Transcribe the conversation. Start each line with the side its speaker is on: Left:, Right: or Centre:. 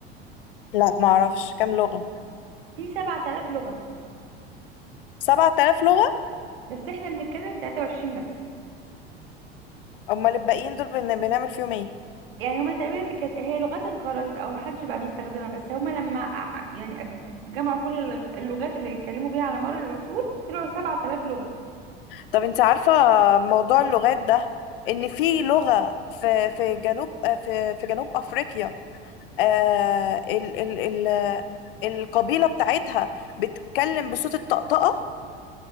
Left: لا معرفش كام لغة
Right: في 7000 لغه
Left: سبعة آلاف لغة
Right: بس احنا بنتكلم 23 بس
Left: امال الباقيين دول بن- بنعمل فيهم ايه
Right: يعني هما تقريبا كانت هي لغات انقرضت او محدش بقى بيستخدمها بس هما لما ع- يعني أج- جمعوا كل اللغ- اللغات اللي اتكلموا بيها على مر العصور طلعوا 7000 لغة
Left: طب انت عارفة موضوع اللغات ده ان في لغة في في جنوب آه، في في جنوب افريقيا آه ال ال ال القبيلة بتاعتها بتتكلم بصوت الطقطقة